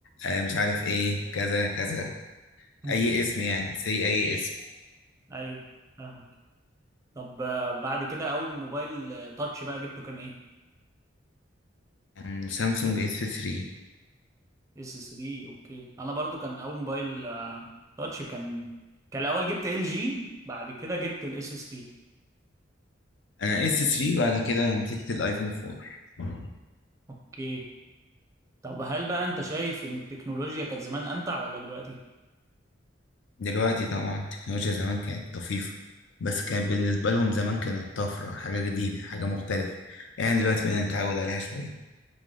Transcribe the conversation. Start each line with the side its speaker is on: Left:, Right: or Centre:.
Left: آه مش عارف ايه كذا كذا
Right: مم.
Left: اي اسم يعني سي اي اسم
Right: ايوه فاهمك طب آه، بعد كده اول موبايل آه، تاتش بقى جبته كان ايه
Left: كان سامسونج اس 3
Right: اس 3 اوكي انا برضو كان اول موبايل آه، تاتش كان كان الاول جبت ال جي بعد كده جبت الاس 3
Left: انا اس 3 بعد كده مسكت الايفون 4
Right: اوكي طب هل بقى انت شايف ان التكنولوجيا كانت زمان امتع ولا دلوقتي؟
Left: دلوقتي طبعا التكنولوجيا زمان كانت طفيفة بس كانت بالنسبة لهم زمان كانت طفرة حاجة جديدة حاجة مختلفة يعني دلوقتي بقينا نتعود عليها شوية